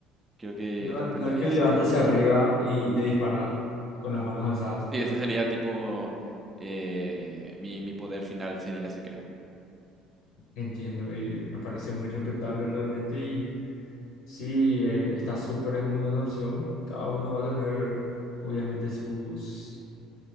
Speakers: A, on the right; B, on the left.
A: Creo que
B: No,
A: aprendería
B: no el que levanta
A: esa técnica.
B: hacia arriba y le dispara con las manos alzadas.
A: Sí, esa sería tipo eh, mi, mi poder final sería ese, creo.
B: Entiendo y me parece muy respetable realmente y sí, eh, está súper, es muy buena opción. Cada uno va a tener obviamente sus,